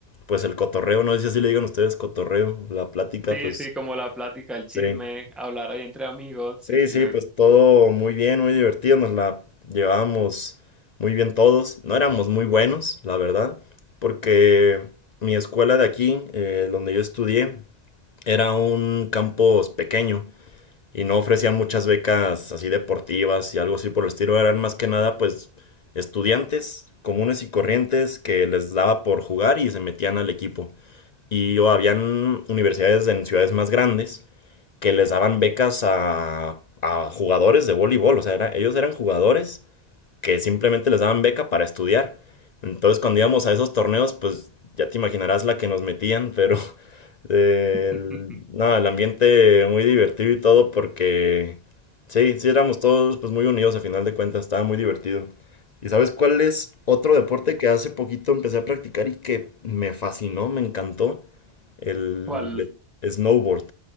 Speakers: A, on the left; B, in the centre.
A: pues el cotorreo, no sé si así le digan ustedes cotorreo, la plática,
B: Sí,
A: pues
B: sí, como la plática, el
A: sí.
B: chisme, hablar ahí entre amigos,
A: Sí,
B: sí, sí,
A: sí,
B: me...
A: pues todo muy bien, muy divertido, nos la llevábamos muy bien todos. No éramos muy buenos, la verdad, porque mi escuela de aquí, eh, donde yo estudié, era un campus pequeño y no ofrecía muchas becas así deportivas y algo así por el estilo. Eran más que nada, pues, estudiantes comunes y corrientes que les daba por jugar y se metían al equipo. Y o habían universidades en ciudades más grandes que les daban becas a, a jugadores de voleibol. O sea, era- ellos eran jugadores que simplemente les daban beca para estudiar. Entonces, cuando íbamos a esos torneos, pues ya te imaginarás la que nos metían, pero <laughs> eh,
B: <laughs>
A: el- no, el ambiente muy divertido y todo porque sí, sí éramos todos pues muy unidos a final de cuentas, estaba muy divertido. ¿Y sabes cuál es otro deporte que hace poquito empecé a practicar y que me fascinó, me encantó? El
B: ¿Cuál?
A: de- snowboard